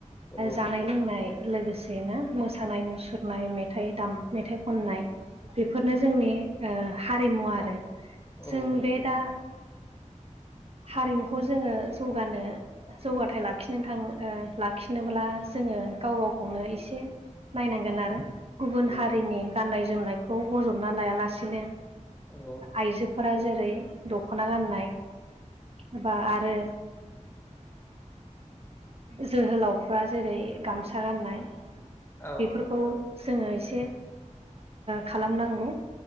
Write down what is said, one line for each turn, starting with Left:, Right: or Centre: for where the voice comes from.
Left: औ
Right: जानाय लोंनाय लोगोसे बेनो मोसानाय मुसुरनाय मेथाइ दाम मेथाइ खननाय बेफोरनो जोंनि हारिमु आरो
Left: औ
Right: जों बे दा हारिमुखौ जोङो जौगानो जौगाथाय लाखिनो थां लाखिनोब्ला जोङो गाव गावखौनो एसे नायनांगोन आरो गुबुन
Left: औ
Right: हारिनि गाननाय जोमनायखौ बजबना लायालासिनो
Left: औ
Right: आइजो फोर जेरै दख'ना गाननाय बबा आरो जोहोलावफ्रा जेरै गामसा गाननाय
Left: औ
Right: बेफोरखौ जोङो एसे खालामनांगौ।